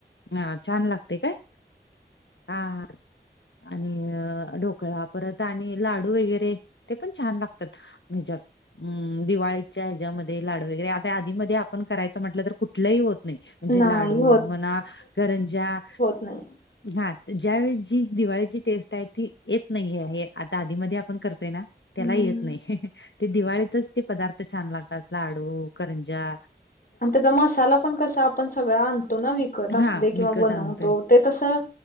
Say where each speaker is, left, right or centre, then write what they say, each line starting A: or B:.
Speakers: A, on the left; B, on the left.
A: हां छान लागते काय? हां हां. आणि ढोकळा, परत आणि लाडू वगैरे ते पण छान लागतात. हे ज्यात, म दिवाळीच्या ह्याच्यामध्ये लाडू वगैरे आता आधीमधी आपण करायचं, म्हटलं तर कुठ लंही होत नही, म्हणजे
B: नाही
A: लाडू म्हणा, करंज्या
B: नही.
A: हां ज्या वेळी जी दिवाळीची टेस्ट आहे, ती येत नाही आहेे, हे आता आधीमधी आपण कर त ना, त्याला
B: हम्म
A: येत नाही, ते दिवाळीतच ते पदार्थ छान लागतात, लाडू, करंज्या
B: अन त्याचा मसाला पण कसा आपण सगळा आणतो ना विक कत असूदे
A: हा
B: किंवा
A: विकत
B: बनवतो,
A: आणतोय
B: ते तसं